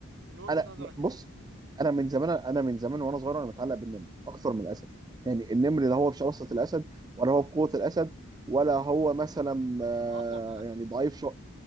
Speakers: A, on the right; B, on the right.
A: من وجهة
B: انا
A: نظرك
B: بص
A: انت
B: انا من زمان انا من زمان وانا صغير انا متعلق بالنمر اكثر من الاسد يعني النمر
A: مم.
B: لا هو بشراسه الاسد ولا هو بقوه الاسد ولا هو مثلا آه،
A: هو اقوى من الاسد
B: يعني ضعيف شو